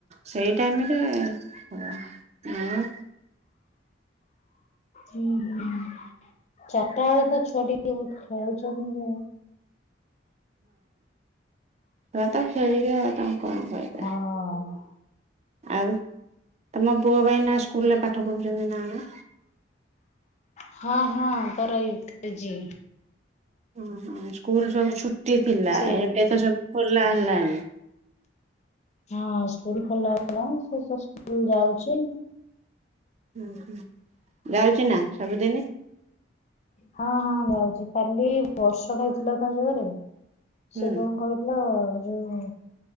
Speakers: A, on the right; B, on the left.
A: ସେଇ ଟାଇମ୍ ରେ ହିଁ ଆ
B: ହୁଁ ହୁଁ ଚାରିଟା ବେଳେ ତ ଛୁଆ ଟିକେ ଖେଳୁଛନ୍ତି ଯେ।
A: ହଁ, ତ ଖେଳିବେ ଆଉ ତାଙ୍କୁ କଣ କହିବା।
B: ହଁ।
A: ଆଉ ତମ ପୁଅ ପା ଏଇନା ସ୍କୁଲରେ ପାଠ ପଢ଼ୁଛନ୍ତି ନା କଣ।
B: ହଁ, ହଁ ତାର ଇଉ କେଜି।
A: ହଁ, ହଁ ସ୍କୁଲ ସବୁ ଛୁଟି ଥିଲା
B: ସେ
A: ଏବେ ତ ସବୁ ଖୋଲା ହେଲାଣି।
B: ହଁ, ସ୍କୁଲ ଖୋଲା ହେଲା ସେ ତ ସ୍କୁଲ ଯାଉଛି।
A: ହୁଁ, ହୁଁ ଯାଉଛି ନା ସବୁଦିନ।
B: ହଁ, ହଁ ଯାଉଛି। କାଲି ବର୍ଷଟା ହେଇଥିଲା ତା ଜୋରେ
A: ହୁଁ
B: ସେ କଣ କହ ହେଲା ଯୋଉ